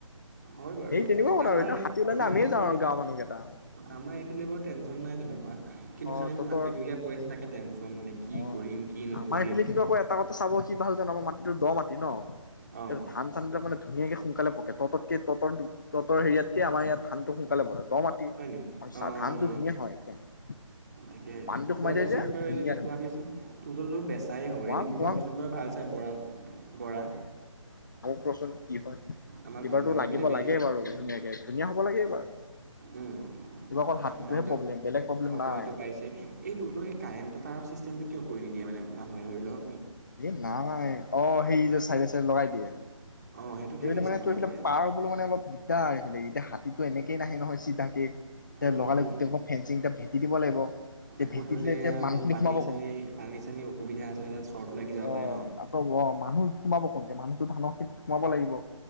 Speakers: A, on the right (about 30°); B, on the left (about 35°).
A: হয় বাৰু
B: সেই তেনেকুৱা কথা
A: আমাৰ
B: আৰু এতিয়া হাতী ওলালে
A: আমাৰ
B: আমিয়ে
A: এইফালে
B: যাওঁ আৰু গাঁৱৰ মানুহকেইটা
A: আমাৰ এইফালে বাৰ নাই তেনেকুৱা কিন্তু
B: অ
A: খালি
B: তহঁতৰ
A: মোৰ মাটি দুবিঘা পৰি আছে তাকে টেনশচন নে কি
B: অ
A: কৰিম কি নকৰিম
B: আমাৰ এইফালে কিন্তু আকৌ এটা কথা চাব কি ভাল জান আঁ মই মাটিটো দ মাটি ন
A: অঁ
B: তাৰ ধান চানাক মানে ধুনীয়াকৈ সোনকালে পকে ততকৈ তহঁতৰ তহঁতৰ হেয়াতকৈ আমাৰ ইয়াত ধানটো সোনকালেই দ মাটি
A: হয় নি
B: আৰু
A: অঁ
B: চাহ ধানটো ধুনীয়া হয় একদম
A: তাকে
B: পানীটো সোমাই
A: খোৱাবিচোন
B: যায় যে
A: বাৰু
B: ধুনীয়া
A: এ
B: ধান
A: খোৱাবিচোন
B: হয়
A: তহতোৰ বেচাই হয়
B: খুৱাম
A: এদিন
B: খুৱাম
A: খোৱাবিচোন বাৰু ভাল চাই বৰা বৰা
B: প্ৰচন কি হয়
A: আমাৰ
B: কিবাৰতো
A: ঘৰৰ মানুহকো
B: লাগিব
A: দিবি
B: লাগে বাৰু
A: উম
B: ধুনীয়াকে ধুনীয়া হ'ব লাগে হয়
A: উম
B: কিবা অকল হাতীতোহে
A: সময়টো
B: প্ৰব্লেম বেলেগ প্ৰব্লেম
A: সময়টো
B: নাই
A: পাইছে এইটোতো এই কাৰেণ্ট তাৰ চিষ্টেমটো কিয় কৰি নিদিয় মানোনুহে ধৰিও
B: এ নাই অঁ হেৰি যে চাইড চাই লগাই দিয়ে স
A: অঁ সেইটো কিয় হিচাপত
B: মানে তোৰ
A: নকৰে
B: সেই পাৰ হ'বলৈ মানে অলপ চা আৰুফলে এতিয়া হাতীতটো এনেকেই নাহে নহয় চিধাকে তে
A: উম
B: লগালে
A: উম উম
B: গোটেই ফেঞ্চিং এটা ভেটি দিব লাগিব তেয়া
A: আকৌ
B: ভেটি
A: ধৰি
B: দিলে
A: লও
B: এতিয়া
A: এয়া
B: মানুহখিনি
A: পানী
B: সোমাব
A: চানী
B: কোনতে
A: পানী চানী অসুবিধা আছে তাত চৰ্ট লাগি যাব
B: অ
A: পাৰে ন
B: আকৌ অ অমানুহ সোমাব কোনতে মানুহটো ধানৰ ক্ষেতত সোমাব লাগিব